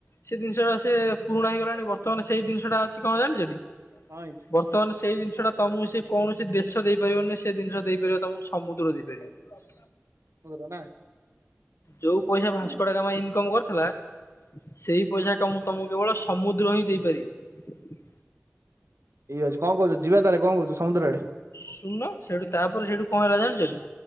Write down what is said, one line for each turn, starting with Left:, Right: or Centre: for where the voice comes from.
Left: ସେ ଜିନିଷଟା ସେ ପୁରୁଣା ହେଇଗଲାଣି ବର୍ତ୍ତମାନ ସେଇ ଜିନିଷଟା ଛି କଣ ହଁ ଜାଣିଚଟି।
Right: କଣ ହେଇଛି
Left: ବର୍ତ୍ତମାନ ସେଇ ଜିନିଷ ଟା ତମକୁ ସେ କୌଣସି ଦେଶ ଦେଇପାରିବନି ସେ ଜିନିଷ ଦେଇପାରିବ ତମକୁ ସମୁଦ୍ର ଦେଇପାରିବ।
Right: ମୁ ର ନା <inaudible>
Left: ଯୋଉ ପଇସା ଭାସ୍କୋଡାଗାମା ଇନକମ କରିଥିଲା ସେଇ ପଇସା କାମ ତମକୁ କେବଳ ସମୁଦ୍ର ହିଁ ଦେଇପାରିବ।
Right: ଇଏ ଅଛି କଣ କହୁଛ ଯିବା ତାହେଲେ କଣ କହୁଛ ସମୁଦ୍ର ଆଡ଼େ।
Left: ଶୁଣୁନ ସେଇଠୁ ତାପରେ ସେଇଠୁ କଣ ହେଲା ଜାଣିଛନ୍ତି